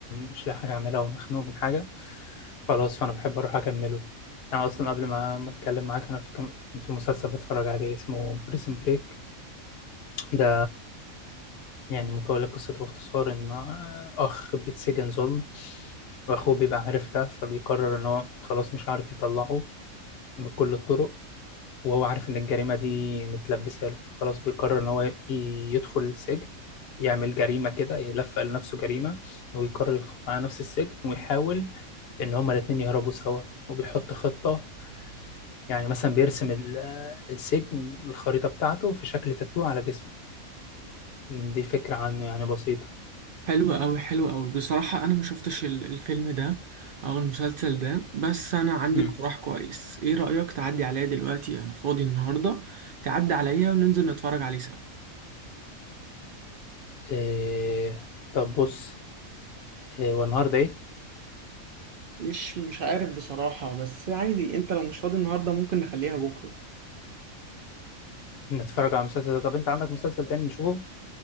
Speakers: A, on the left; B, on the right.
A: مش لاقي حاجه اعملها ومخنوق من حاجه خلاص فانا بحب اروح اكمله يعني اصلا قبل ما ما اتكلم معاك انا في كان كان في مسلسل بتفرج عليه اسمه بريزن بريك ده يعني مكون لقصته باختصار ان آه، اخ بيتسجن ظلم واخوه بيبقى عارف ده فبيقرر ان هو خلاص مش عارف يطلعه بكل الطرق وهو عارف إن الجريمة دي متلبسة له فخلاص بيقرر إن هو ي- يدخل السجن يعمل جريمة كده يلفق لنفسه جريمة ويقرر يدخل مع نفس السجن ويحاول إن هما الاتنين يهربوا سوا وبيحط خطة يعني مثلا بيرسم ال- السجن الخريطة بتاعته في شكل تاتو على جسمه دي فكرة عنه يعني بسيطة
B: حلوة أوي حلوة أوي بصراحة أنا ما شفتش ال- الفيلم ده أو المسلسل ده بس أنا عندي
A: مم.
B: اقتراح كويس إيه رأيك تعدي عليا دلوقتي أنا فاضي النهاردة تعدي عليا وننزل نتفرج عليه سوا
A: إيه طب بص إيه والنهاردة إيه؟
B: مش مش عارف بصراحة بس عادي انت لو مش فاضي النهاردة ممكن نخليها بكرة
A: نتفرج على مسلسل ده طب أنت عندك مسلسل تاني نشوفه؟